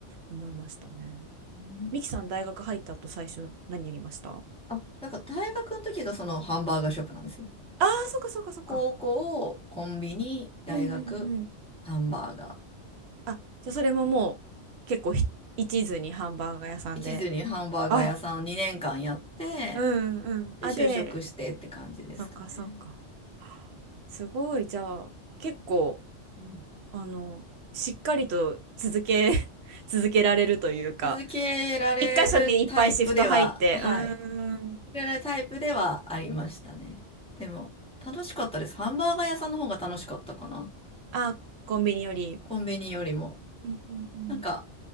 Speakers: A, on the right; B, in the centre.
A: 思いましたね。
B: うん
A: ミキさん大学入った後最初何やりましたあ
B: あ、だから大学の時がそのハンバーガーショップなんですよ。
A: あー、そっかそっかそっか。
B: 高校、コンビニ、大学、
A: うんうんうん。
B: ハンバーガー。
A: あ、じゃあそれももう結構ひ一途にハンバーガー屋さんで。
B: 一途にハンバーガー屋さんを2年間やって、
A: あ、うんうん。
B: で、
A: あ、
B: 就職してって感じですかね。
A: で、そっかそっか。すごい、じゃあ結構、
B: うん
A: あの、しっかりと続け、<laughs> 続けられるというか、
B: 続けられるタイプでは、
A: 一箇所にいっぱいシフト入って、
B: はい。
A: うーん。
B: 続けられるタイプではありましたね。でも、楽しかったです。ハンバーガー屋さんの方が楽しかったかな。
A: あ、コンビニより。
B: コンビニよりも。
A: うんうんうん。
B: なんか、